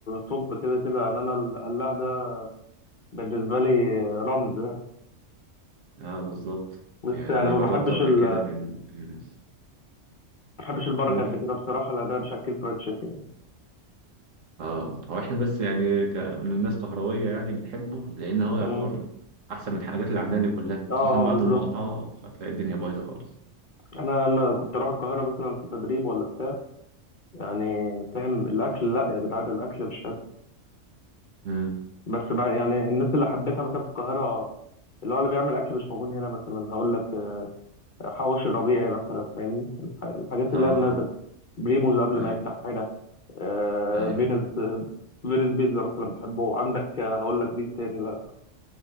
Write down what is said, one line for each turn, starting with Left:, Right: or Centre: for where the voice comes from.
Left: طب كده كده يعني أنا القلاع ده بالنسبة لي رمز يعني
Right: اه بالظبط
Left: بس
Right: يعني
Left: يعني
Right: انا
Left: ما
Right: جربته
Left: بحبش
Right: قبل
Left: ال
Right: كده
Left: ما
Right: من من الناس
Left: بحبش البركة
Right: قول
Left: قد كده بصراحة لأن أنا مش أكل فرايد تشيكن يعني
Right: اه هو احنا بس يعني ك... من الناس كهرويه يعني بنحبه لان هو
Left: مم.
Right: يعتبر احسن من الحاجات اللي عندنا دي كلها
Left: اه
Right: خصوصا بعد
Left: اه بالظبط
Right: المقاطعه فتلاقي الدنيا بايظه خالص
Left: انا أنا كنت اروح القاهره مثلا في تدريب ولا بتاع يعني فاهم الاكل لا يا جدعان الاكل مش حلو
Right: امم
Left: بس بقى يعني الناس اللي حبيتها مثلا في القاهره اللي هو اللي بيعمل اكل مش موجود هنا مثلا هقول لك حواوشي الربيعي مثلا فاهمني الح- الحاجات
Right: اه
Left: اللي هي النادر بريموز قبل
Right: ايوه
Left: ما يفتح هنا آه،
Right: ايوه
Left: فينوس آه، فينوس بيتزا مثلا بحبه عندك آه، هقول لك مين تاني بقى